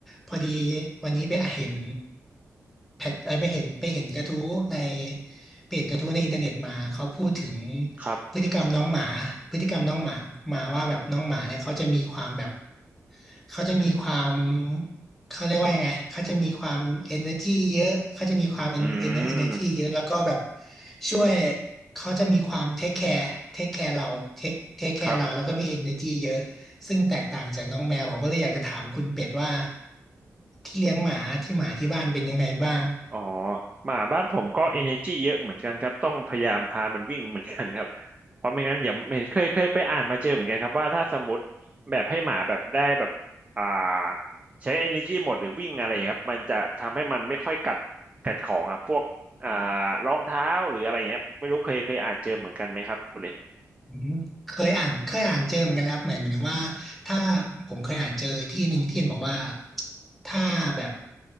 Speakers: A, in the centre; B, on the right (about 20°).
A: พอดีวันนี้ไปเห็นแพทไปเห็นไปเห็นกระทู้ในไปเห็นกระทู้ในอินเทอร์เน็ตมาเขาพูดถึง
B: ครับ
A: พฤติกรรมน้องหมาพฤติกรรมน้องหมามาว่าแบบน้องหมาเนี่ยเขาจะมีความแบบเขาจะมีความ เขาเรียกว่ายังไงเขาจะมีความ energy เยอะเขาจะมีความ
B: อื
A: en- en- energy
B: ม
A: เยอะ แล้วก็แบบช่วยเขาจะมีความ take care take care เรา take take care
B: ครับ
A: เรา แล้วก็มี energy เยอะ ซึ่งแตกต่างจากน้องแมว ผมก็เลยอยากจะถามคุณเป็ดว่าที่เลี้ยงหมา ที่หมาที่บ้านเป็นยังไงบ้าง
B: อ๋อหมาบ้านผมก็ energy เยอะเหมือนกันครับต้องพยายามพามันวิ่งเหมือนกันครับเพราะไม่งั้นอย่าเห็นเคยเคยไปอ่านมาเจอเหมือนกันครับว่าถ้าสมมติแบบให้หมาแบบได้แบบอ่าใช้ energy หมดหรือวิ่งอะไรครับมันจะทำให้มันไม่ค่อยกัดกัดของอ่ะพวกอ่ารองเท้าหรืออะไรเงี้ยไม่รู้เคยเคยอ่านเจอเหมือนกันไหมครับคุณเลน
A: อืมเคยอ่านเคยอ่านเจอเหมือนกันแล้วครับเหมือนเหมือนถึงว่าถ้าผมเคยอ่านเจอที่หนึ่งที่เห็นบอกว่าถ้าแบบ